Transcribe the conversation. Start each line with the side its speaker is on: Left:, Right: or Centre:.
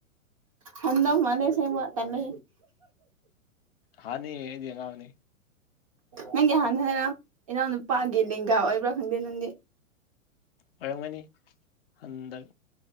Right: ꯍꯟꯗꯧ ꯃꯟꯂꯦ ꯁꯦꯡꯕ ꯇꯟꯂꯦ
Left: ꯍꯥꯟꯅꯤ ꯑꯩꯗꯤ ꯑꯉꯥꯡꯅꯤ
Right: ꯅꯪꯗꯤ ꯍꯥꯟꯅ ꯍꯥꯏꯔꯛꯑꯣ ꯏꯅꯥꯎ ꯅꯨꯄꯥꯒꯤ ꯂꯦꯡꯒꯥ ꯑꯣꯏꯕ꯭ꯔꯥ ꯈꯪꯗꯦ ꯅꯪꯗꯤ
Left: ꯑꯣꯏꯔꯝꯒꯅꯤ ꯍꯟꯗꯛ